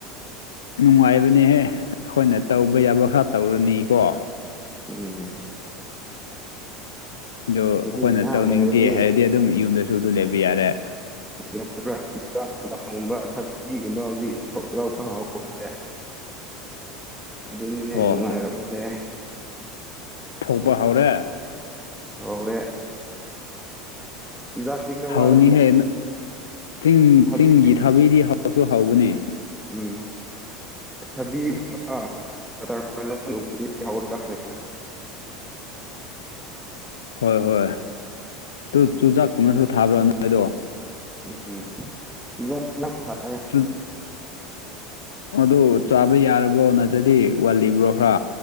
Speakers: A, on the left; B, in the centre.
A: ꯅꯨꯡꯉꯥꯏꯕꯅꯦꯍꯦ ꯑꯈꯣꯏꯅ ꯇꯧꯕ ꯌꯥꯕ ꯈꯔ ꯇꯧꯔꯅꯤꯀꯣ
B: ꯎꯝ
A: ꯑꯗꯨ
B: ꯍꯧꯖꯤꯛ
A: ꯑꯈꯣꯏꯅ
B: ꯉꯥꯏꯍꯥꯛ
A: ꯇꯧꯅꯤꯡꯗꯦ
B: ꯂꯩꯔꯗꯤ
A: ꯍꯥꯏꯔꯗꯤ ꯑꯗꯨꯝ ꯌꯨꯝꯗꯁꯨ ꯑꯗꯨ ꯂꯩꯕ ꯌꯥꯔꯦ
B: ꯌꯥꯕ꯭ꯔꯥ ꯆꯥ <unintelligible> ꯒꯨꯝꯕ ꯊꯛꯕꯤꯒꯨꯝꯕ ꯍꯧꯖꯤꯛ ꯊꯣꯛꯂꯛꯄ ꯍꯧꯈ꯭ꯔꯦ
A: <inaudible>
B: ꯑꯗꯨꯅꯤꯅꯦ
A: ꯑꯣ
B: ꯅꯨꯡꯉꯥꯏꯔꯛꯄꯁꯦ
A: ꯊꯧꯕ ꯍꯧꯔꯦ
B: ꯍꯧꯔꯦ ꯖꯥꯛꯇꯤ ꯈꯔ
A: ꯍꯧꯅꯤꯍꯦ
B: ꯋꯥꯠꯂꯤꯗ
A: ꯆꯤꯡ
B: ꯊꯕꯤ
A: ꯆꯤꯡꯒꯤ ꯊꯥꯕꯤꯗꯤ ꯍꯥꯎꯁꯨ ꯍꯥꯎꯕꯅꯦ
B: <unintelligible>
A: ꯍꯣꯏ ꯍꯣꯏ ꯇꯨ ꯆꯨꯖꯥꯛꯀꯨꯝꯕꯁꯨ ꯊꯥꯕ꯭ꯔꯥ ꯅꯣꯏꯗꯣ
B: <unintelligible>
A: ꯆꯨꯠ ꯑꯗꯣ ꯆꯥꯕ ꯌꯥꯔꯕ꯭ꯔꯣ ꯅꯠꯇ꯭ꯔꯗꯤ ꯋꯥꯠꯂꯤꯕ꯭ꯔꯣ ꯈ꯭ꯔꯥ